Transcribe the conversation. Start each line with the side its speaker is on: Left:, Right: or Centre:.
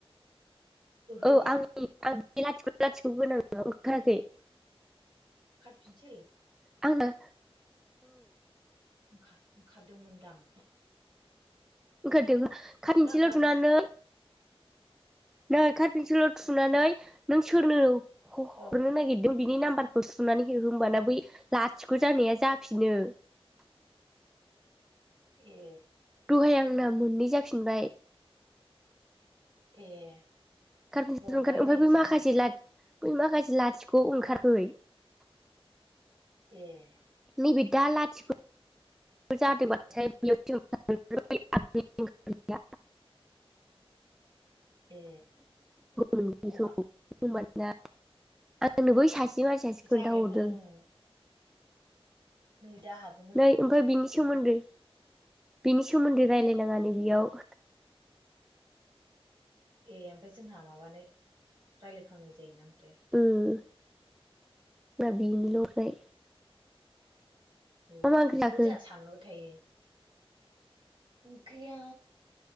Right: ओहो
Centre: <unintelligible>
Right: कातपेन्सिल
Centre: आंनो
Right: ओंखा-ओंखारदोंमोनदां।
Centre: ओंखारदो खाथपिनसिलाव
Right: ओंखाराखैमोन
Centre: थुनानै नै कातपेेनसिलाव थुनानै नों सोरनो ह-हरनो
Right: औ
Centre: नागिरदों बिनि नाम्बार खौ थुनानै हो होनबाना बै लाथिख जानाया जाफिनो।
Right: ए
Centre: दहाय आंना मोननै जाफिनबाय।
Right: ए
Centre: कारफिनसिल
Right: र'
Centre: ओंखार
Right: दाहाय
Centre: ओमफाय
Right: नायनोसै
Centre: बै माखासे
Right: आङो
Centre: लाथ बै माखासे लाथिख' ओंखारखै।
Right: ए
Centre: नैबे दा लाथिख' <unintelligible>
Right: ए
Centre: बेखौ
Right: अआ
Centre: होमबाना आंनो बै सासे मानसियासो
Right: जाबायमोन
Centre: खोन्थाहरदों।
Right: ओं नै दा हाब
Centre: नै ओमफाय बिनि सोमोन्दै बिनि सोमोन्दै रायलायनाङा नो बेयाव।
Right: ए ओमफाय जोंहा माबानो रायलायफ्लांनाय जायोना ओमफ्राय।
Centre: ओम जोंहा बिनिल ओमफ्राय
Right: उम
Centre: मा मा ओंख्रि
Right: बेखौनो
Centre: जाखो
Right: जोंहा सानबाय थायो। ओंखैया